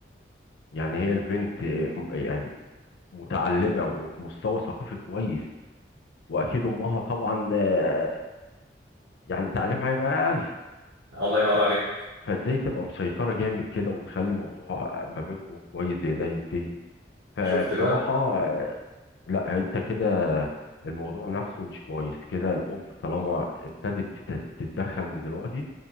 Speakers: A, on the left; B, on the right.
A: يعني هي البنت آه، م- يعني متعلمه وفي مستوى ثقافي كويس واكيد امها طبعا آه، يعني تعليمها هيبقى اقل
B: الله ينور عليك
A: فازاي تبقى مسيطره جامد كده وتخلي موضوع ما بينكم كويس زي ده ينتهي فبصراحة
B: شفت بقى
A: آه، لا انت كده الموضوع نفسه مش كويس كده الام طالما ابتدت تت- تتدخل من دلوقتي